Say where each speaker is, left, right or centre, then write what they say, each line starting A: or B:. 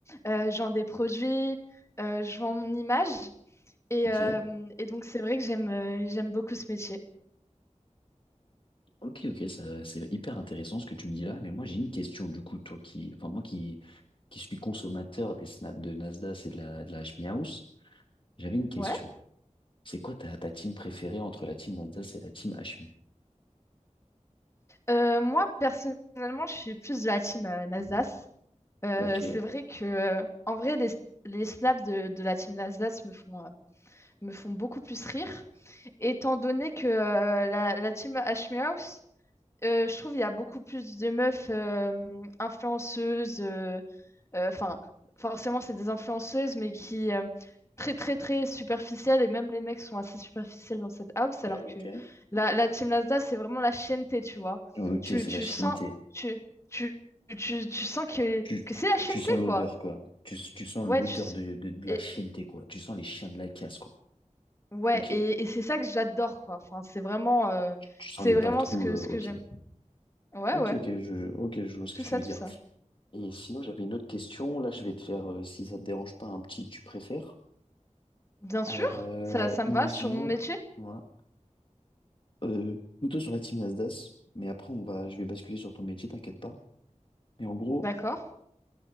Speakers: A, on the left; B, on the left.
A: euh, je vends des produits, euh, je vends mon image. Et,
B: Ok.
A: euh, et donc, c'est vrai que j'aime euh, j'aime beaucoup ce métier.
B: Ok, ok, ça, c'est hyper intéressant ce que tu me dis là, mais moi j'ai une question du coup, toi qui, enfin moi qui, qui suis consommateur des snaps de Nasdaq et de la, de la HMI House, j'avais une question.
A: Ouais.
B: C'est quoi ta, ta team préférée entre la team Nasdaq et la team HMI?
A: Euh, moi, personnellement, je suis plus de la team euh, Nasdaq. Euh,
B: Ok.
A: c'est vrai que, euh, en vrai, les, les snaps de, de la team d'Alsace me font, euh, me font beaucoup plus rire, étant donné que euh, la, la team Ashmehouse, euh, je trouve il y a beaucoup plus de meufs euh, influenceuses, euh, euh, enfin, forcément, c'est des influenceuses, mais qui. euh, Très, très, très superficielles, et même les mecs sont assez superficiels dans cette house,
B: Ouais,
A: alors
B: ok.
A: que la, la team d'Alsace, c'est vraiment la chienneté, tu vois.
B: Ok,
A: Tu,
B: c'est
A: tu
B: la chienneté.
A: sens, tu, tu, tu, tu sens que,
B: Tu,
A: que
B: tu,
A: c'est la chienneté,
B: tu sens l'odeur,
A: quoi.
B: quoi. Tu, tu sens l'odeur
A: Ouais, tu... s-
B: de, de, de
A: et,
B: la chienneté, quoi. Tu sens les chiens de la casse, quoi.
A: ouais,
B: Ok.
A: et, et c'est ça que j'adore, quoi. Enfin, c'est vraiment, euh,
B: Tu sens
A: c'est
B: les
A: vraiment
B: balles trous,
A: ce que,
B: euh,
A: ce que
B: ok.
A: j'aime. Ouais,
B: Ok,
A: ouais,
B: ok, je, ok, je vois ce
A: tout
B: que tu
A: ça,
B: veux
A: tout
B: dire.
A: ça.
B: Et sinon, j'avais une autre question. Là, je vais te faire, euh, si ça te dérange pas, un petit tu préfères.
A: Bien sûr,
B: Alors, euh,
A: ça, ça me
B: imaginons,
A: va sur mon métier.
B: voilà, euh, plutôt sur la team Nasdaq, mais après, on va, je vais basculer sur ton métier, t'inquiète pas. Mais en gros,
A: D'accord.